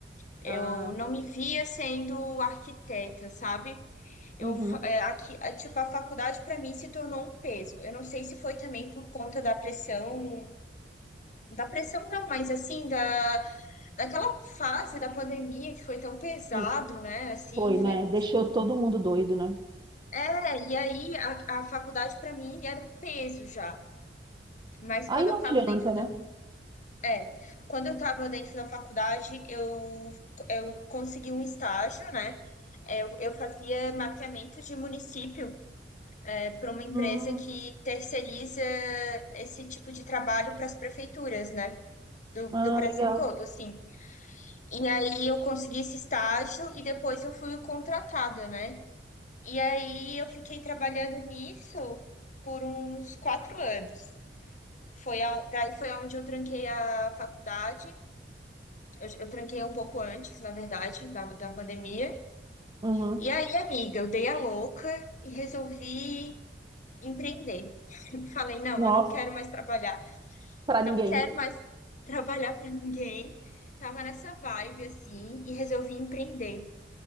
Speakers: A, on the left; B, on the right.
A: Eu
B: Ah,
A: não me via sendo arquiteta, sabe? Eu,
B: uhum.
A: fa- é, aqui, é, tipo, a faculdade para mim se tornou um peso. Eu não sei se foi também por conta da pressão, da pressão não, mas assim, da, daquela fase da pandemia que foi tão pesado,
B: E
A: né? Assim,
B: foi,
A: foi.
B: né? Deixou todo mundo doido, né?
A: É, e aí a, a faculdade para mim era um peso já. Mas
B: Aí
A: quando
B: não
A: eu tava
B: adianta,
A: dentro da,
B: né?
A: é, quando eu tava dentro da faculdade, eu, eu consegui um estágio, né? Eu, eu fazia mapeamento de município. para uma empresa
B: Hum,
A: que terceiriza esse tipo de trabalho para as prefeituras, né? Do,
B: ah,
A: do Brasil
B: legal.
A: todo, assim. E aí eu consegui esse estágio e depois eu fui contratada, né? E aí eu fiquei trabalhando nisso por uns quatro anos. Foi a, daí foi onde eu tranquei a faculdade. Eu, eu tranquei um pouco antes, na verdade, da, da pandemia.
B: Uhum.
A: E aí, amiga, eu dei a louca e resolvi empreender. <laughs> Falei, não,
B: Nossa,
A: eu não quero mais trabalhar.
B: para
A: não
B: ninguém.
A: quero mais <laughs> trabalhar para ninguém. Tava nessa vibe assim e resolvi empreender.